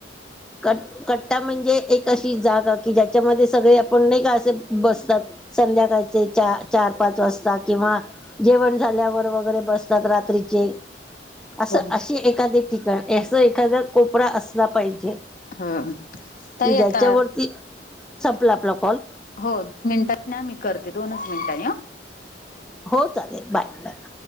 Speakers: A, in the centre; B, on the left.
A: कट कट्टा म्हणजे एक अशी जागा की ज्याच्यामध्ये सगळे आपण नाही का असे बसतात संध्याकाळचे चार पाच वाजता किंवा जेवण झाल्यावर. वगैरे बसतात रात्रीचे... अस
B: हो
A: अशी एखादी ठिकाण... असं एखादा कोपरा असला पाहिजे.
B: हृ... ताई
A: की ज्याच्यावरती
B: आता...
A: संपला आपला कॉल
B: हो मिनिटांनी आम्ही करते, दोनच मिनिटांनी हं
A: हो.. चालेल. Bye.. bye..